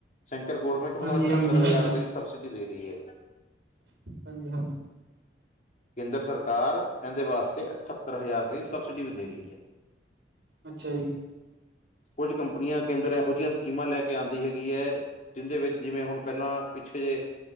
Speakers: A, on the left; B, on the right.
A: ਸੈਂਟਰ ਗੌਰਮੈਂਟ ਹੁਣ
B: ਹਾਂਜੀ
A: ਅਠੱਤਰ
B: ਹਾਂਜੀ ਹਾਂਜੀ
A: ਹਜ਼ਾਰ ਰੁਪਏ ਸਬਸੀਡੀ ਦੇ ਰਹੀ ਏ।
B: ਹਾਂਜੀ-ਹਾਂਜੀ।
A: ਕੇਂਦਰ ਸਰਕਾਰ, ਇਂਹਦੇ ਵਾਸਤੇ ਇਕਠੱਤਰ ਹਜ਼ਾਰ ਰੁਪਏ ਦੀ ਸਬਸਿਡੀ ਵੀ ਦੇ ਰਹੀ ਹੈ।
B: ਅੱਛਾ ਜੀ।
A: ਕੁੱਝ ਕੰਪਨੀਆਂ ਕੇਂਦਰ ਇਹੋ ਜਿਹੀਆ ਸਕੀਮਾਂ ਲੈ ਕੇ ਆਉਂਦੀ ਹੈਗੀ ਹੈ। ਜਿੰਹਦੇ ਵਿੱਚ ਜਿਵੇਂ ਹੁਣ ਪਹਿਲਾਂ ਪਿੱਛੇ ਜੇ